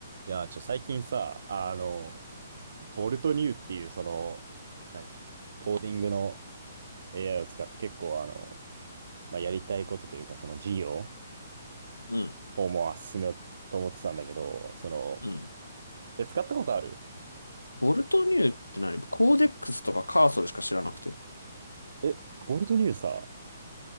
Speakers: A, on the right; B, on the left.
A: いやー、ちょ、最近さ、あの、ボルトニューっていう、その、何コーディングの AI を使って結構、あの、まあ、やりたいことというか、その事業
B: うん、
A: をもう進めようと思ってたんだけど、その、
B: うん。
A: え、使ったことある
B: ボルトニューって何コーデックスとかカーソルしか知らなくて。
A: え、ボルトニューさ、